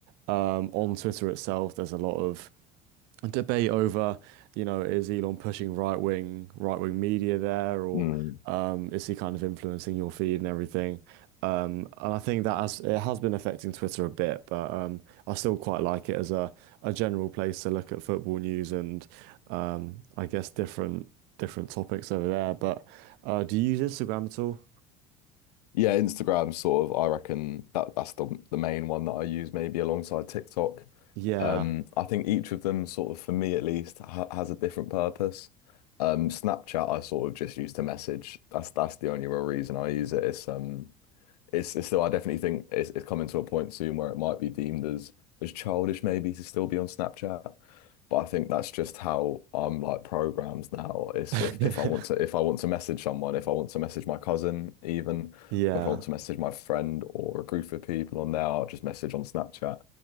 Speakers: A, on the right (about 55°); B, on the left (about 70°).
A: um, on Twitter itself, there's a lot of a debate over, you know, is Elon pushing right wing right wing media there, or
B: mm.
A: um, is he kind of influencing your feed and everything? Um, and I think that has it has been affecting Twitter a bit, but um, I still quite like it as a a general place to look at football news and um, I guess different different topics over there. But uh, do you use Instagram at all?
B: Yeah, Instagram sort of, I reckon that that's the the main one that I use maybe alongside TikTok.
A: Yeah,
B: Um, I think each of them sort of for me at least ha has a different purpose. Um, Snapchat I sort of just use to message. That's that's the only real reason I use it. It's um it's, it's still, I definitely think it's, it's coming to a point soon where it might be deemed as, as childish maybe to still be on Snapchat. But I think that's just how I'm like programmed now. It's
A: <laughs>
B: if, if I want to if I want to message someone, if I want to message my cousin even,
A: yeah,
B: or if I want to message my friend or a group of people on there, I'll just message on Snapchat.